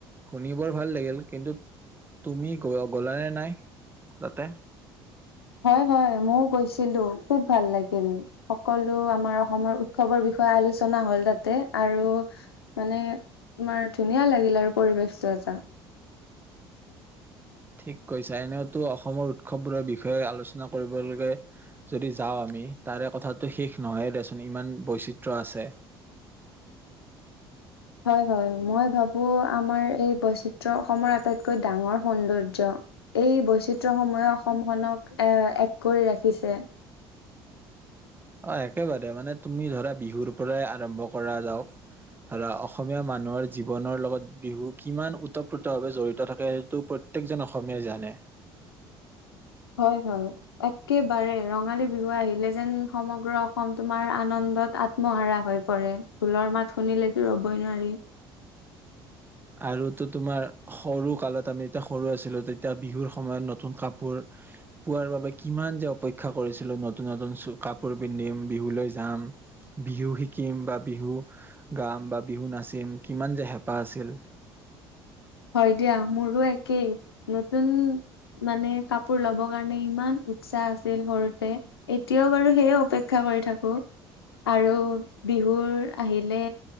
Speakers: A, on the right; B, on the left.
A: শুনি বৰ ভাল লাগিল কিন্তু তুমি গ'ল নে নাই তাতে
B: হয় ময়ও গৈছিলো খুব ভাল লাগিল সকলো আমাৰ অসমৰ উৎসৱৰ বিষয়ে আলোচনা হল তাতে আৰু মানে তোমাৰ ধুনীয়া লাগিল আৰু পৰিৱেশতটো এটা
A: ঠিক কৈছো এনেওতো অসমৰ উৎসৱবোৰৰ বিষয়ে আলোচনা কৰিবলৈে যদি যাওঁ আমি তাৰে কথাটো শেষ নহয় দেচোন ইমান বৈচিত্ৰ আছে
B: হয় হয় মই ভাবো আমাৰ এই বৈচিত্ৰ অসমৰ আটাইতকৈ ডাঙৰ সৌন্দৰ্য এই বৈচিত্ৰসমূহে অসমখনক এ এক কৰি ৰাখিছে
A: অ একেবাৰে মানে তুমি ধৰা বিহুৰ পৰাই আৰম্ভ কৰা যাওক ধৰা অসমীয়া মানুহৰ জীৱনৰ লগত বিহু কিমান ওতঃপ্ৰোতভাৱে জড়িত থাকে সেইটো প্ৰত্যয়েকজন অসমীয়াই জানে
B: হয় হয় একেবাৰে ৰঙালী বিহু আহিলে যেন সমগ্ৰ অসম তোমাৰ আনন্দত আত্মহাৰা হৈ পৰে ঢোলৰ মাত শুনিলেতো ৰবই নোৱাৰি
A: আৰুতো তোমাৰ সৰু কালত আমি যেতিয়া সৰু আছিলো তেতিয়া বিহুৰ সময়ত নতুন কাপোৰ পোৱাৰ বাবে কিমান যে অপেক্ষা কৰিছিলো নতুন নতুন চ কাপোৰ পিন্ধিম বিহুলৈ যাম বিহু শিকিম বা বিহু গাম বা বিহু নাচিম কিমান যে হেঁপাহ আছিল
B: হয় দিয়া মোৰো একেই নতুন মানে কাপোৰ লব কাৰণে ইমান উৎসাহ আছিল সৰুতে এতিয়াও বাৰু সেইয় অপেক্ষা কৰি থাকো আৰু বিহুৰ আহিলে